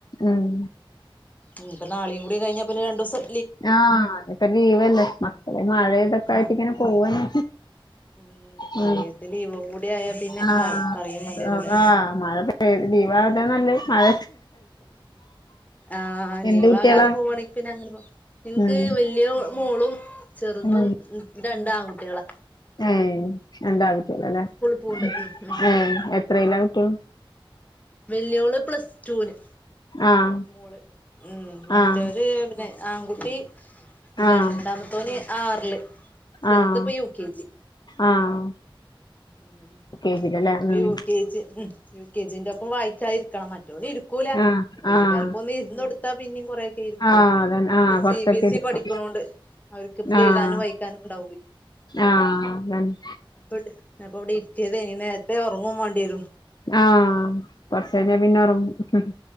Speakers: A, on the left; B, on the left.
A: ഉം
B: ഉ ഇപ്പ നാളെയും കൂടി കഴിഞ്ഞാ പിന്നെ രണ്ടു ദിവസം
A: ആഹ അപ്പ ലീവല്ലേ മക്കളെ മഴ
B: ഉം
A: ഇതൊക്കെ ആയിട്ട്
B: മ
A: ഇങ്ങനെ പോവാണ്
B: ഉം മഴയത്ത്
A: ഉ
B: ലീവും കൂടി ആയാ പിന്നെ
A: ആഹ
B: പറ പറയും വേണ്ടിവരൂല
A: ആഹ് പറ മഴ ലീവ് ആകാനാണ് നല്ലേ മഴ
B: ആഹ
A: എന്ത്
B: ലീവ്
A: കുട്ടികളാ
B: ആകാതെ പോവുവാണെങ്കി പിന്നെ അങ്ങനെ പോ നിനക്ക്
A: ഉം
B: വലിയ മോളും ചെറുതും
A: ഉം
B: രണ്ട് ആൺകുട്ടികളെ
A: ഉ രണ്ട് ആൺകുട്ടികളാലെ മം
B: പോവ്ണ്ട് ഉം ഉം
A: എപ്പോ എത്രലാ കുട്ടി
B: വല്യോള് പ്ലസ് ടുന്
A: ആഹ്
B: മോള് ഉ മറ്റര്
A: ആഹ്
B: പിന്നെ ആൺകുട്ടി
A: ആഹ്
B: രണ്ടാമത്തോന് ആറില് ചെറുത്
A: ആഹ്
B: ഇപ്പ യു കെ ജി
A: ആഹ്
B: ഉ
A: കെ ജിലല്ലേ
B: അപ്പോ
A: ഉം
B: യു കെജി യു കെ ജിന്റെ ഇപ്പ വായിക്കാതിരിക്കണം മറ്റൊന്ന് ഇരിക്കൂല
A: ആഹ്
B: ബീജിക്കാറോക്കേ
A: ആഹ്
B: ഒന്ന് ഇരുന്ന് കൊടുത്താ പിന്നും കുറ കരിക്കും
A: ആഹ് അതന്നെ ആഹ്
B: സി
A: കൊറച്ചൊക്കെ
B: ബി എസ്
A: ഇരിക്കും
B: ഇ പഠിക്കണണ്ട് അവർക്ക്
A: ആഹ്
B: എഴുതാനും വായിക്കാനും ഉണ്ടാവേയ്
A: ആഹ് അതന്നെ
B: അപ്പ അപ്പൊ ഇവിടെ ഇത്തിയത് ഇനി നേരത്തെ ഉറങ്ങൻ വേണ്ടി വരും
A: ആഹ കുറച്ച കഴിഞ്ഞാ പിന്നെ ഉറങ്ങും